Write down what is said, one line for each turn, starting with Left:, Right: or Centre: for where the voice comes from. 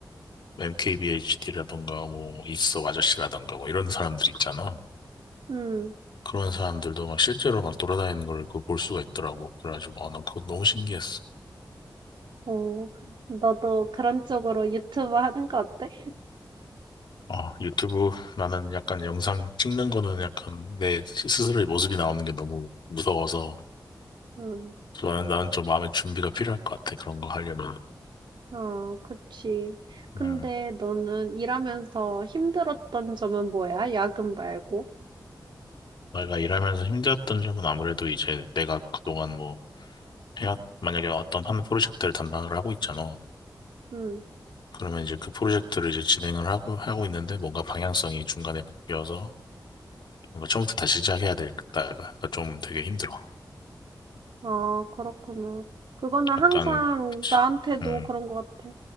Left: MKBHD라던가 뭐 있어 아저씨라던가 뭐 이런 사람들 있잖아.
Right: 음.
Left: 그런 사람들도 막 실제로 막 돌아다니는 걸 그 볼 수가 있더라고. 그래가지고 아, 난 그거 너무 신기했어.
Right: 어. 너도 그런 쪽으로 유튜브 하는 거 어때?
Left: 어, 유튜브 나는 약간 영상 찍는 거는 약간 내 스스로의 모습이 나오는 게 너무 무서워서
Right: 음.
Left: 나는, 나는 좀 마음의 준비가 필요할 것 같아. 그런 거 하려면은.
Right: 어, 그치. 근데
Left: 음.
Right: 너는 일하면서 힘들었던 점은 뭐야? 야근 말고?
Left: 내가 일하면서 힘들었던 점은 아무래도 이제 내가 그동안 뭐 해왔 만약에 어떤 한 프로젝트를 담당을 하고 있잖아.
Right: 음.
Left: 그러면 이제 그 프로젝트를 이제 진행을 하고, 하고 있는데 뭔가 방향성이 중간에 바뀌어서 뭔가 처음부터 다시 시작해야 되겠다가 좀 되게 힘들어.
Right: 아, 그렇구나. 그거는
Left: 약간은,
Right: 항상
Left: 그치.
Right: 나한테도
Left: 음,
Right: 그런 것 같아.